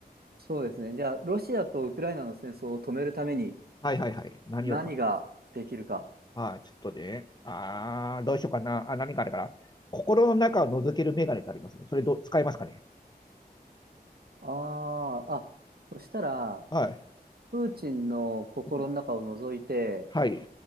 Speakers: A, on the right; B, on the left.
A: そうですね。じゃあ、ロシアとウクライナの戦争を止めるために
B: はいはいはい。何をか、
A: 何ができるか。
B: はい、ちょっとね。あー、どうしようかな。あ、何かあるから。心の中を覗けるメガネってありますよ。それどう、使いますかね。
A: ああ、あ、そしたら、
B: はい。
A: プーチンの心の中を覗いて、
B: うんはい。